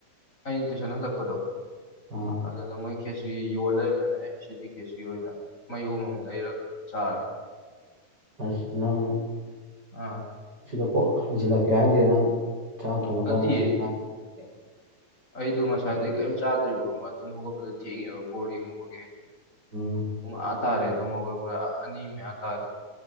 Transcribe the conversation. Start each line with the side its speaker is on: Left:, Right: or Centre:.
Left: ꯑꯩꯅ ꯇꯨꯏꯁꯟ ꯍꯜꯂꯛꯄꯗꯣ
Right: ꯑꯥ
Left: ꯑꯗꯨꯗ ꯃꯣꯏ ꯈꯦꯆ꯭ꯔꯤ ꯌꯣꯜ ꯂꯩꯔꯝꯃꯦꯅ ꯑꯦ ꯁꯤꯗꯤ ꯈꯦꯆꯔꯤ ꯑꯣꯏꯅ ꯃꯌꯣꯝ ꯑꯃ ꯂꯩꯔꯒ ꯆꯥꯔꯦ
Right: ꯑꯁ ꯅꯪ
Left: ꯑ
Right: ꯁꯤꯗ ꯀꯣꯛ ꯍꯩꯖꯤꯜꯂꯛꯀꯦ ꯍꯥꯏꯗꯦ ꯅꯪ ꯆꯥꯛ ꯊꯣꯡꯕꯗ
Left: ꯅꯠꯇꯤꯌꯦ
Right: ꯉꯁꯤ ꯉꯥ ꯊꯣꯡꯉꯦ
Left: ꯑꯩꯗꯣ ꯉꯁꯥꯏꯗꯩ ꯀꯩꯏꯝ ꯆꯥꯗ꯭ꯔꯤꯕ ꯈꯪꯕ ꯇꯨꯝ ꯍꯧꯒꯠꯄꯗꯣ ꯊꯦꯡꯉꯦꯕ ꯕꯣꯜ ꯌꯦꯡꯉꯨꯕꯒꯤ
Right: ꯑꯣ
Left: ꯄꯨꯡ ꯑꯥ ꯇꯥꯔꯦ ꯇꯨꯝ ꯍꯧꯒꯠꯂꯛꯄꯗ ꯑꯅꯤ ꯃꯌꯥ ꯇꯥꯔꯦ